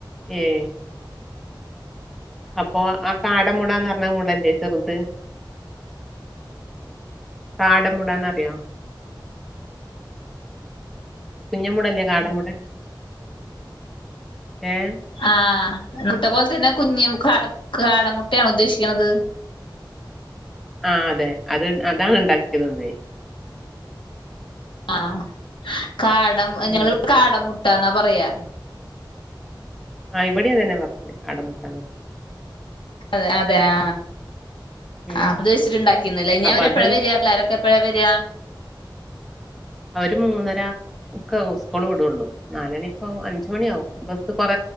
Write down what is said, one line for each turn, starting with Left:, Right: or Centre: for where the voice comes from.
Centre: ഏഹ് അപ്പൊ ആഹ് കാട മൂടാന്ന് പറഞ്ഞാ കൂടല്ലേ ചെറുത് കാടമൂടാന്നറിയോ കുഞ്ഞമൂട ല്ലെ കാടമൂട എഹ്
Left: ആഹ് മുട്ട പോലെ തന്നെ കുഞ്ഞി കാട മുുട്ടയാ ഉദ്ദേശിക്കണുന്നത്
Centre: ആഹ് അതെ അത് അതാണ് ഉണ്ടാക്കിയത് ഇന്നെ
Left: ആഹ് കാടം
Centre: ഉം
Left: ഞങ്ങിവിടെ കാട മുട്ടന്നാ പറയാ
Centre: ആഹ് ഇവിടെയാാ തന്നെ പറച്ചല് കാടമുട്ട
Left: അതെ അതെ ആ
Centre: ഉം
Left: അത് വെച്ചിട്ട്ണ്ടാക്കിയന്നലെ ഇഞ്ഞ്
Centre: അപ്പൊ
Left: അവ ര്എപ്പഴ
Centre: അത്
Left: വര്യ എല്ലാ രൊക്കെ എപ്പഴ വെര
Centre: അവര് മൂന്നര ഒക്കെ സ്കൂൾ വിടുുള്ളൂ നാല മണിപ്പോ ആ അഞ്ച മണി ആവും ബസ്സ് കുറ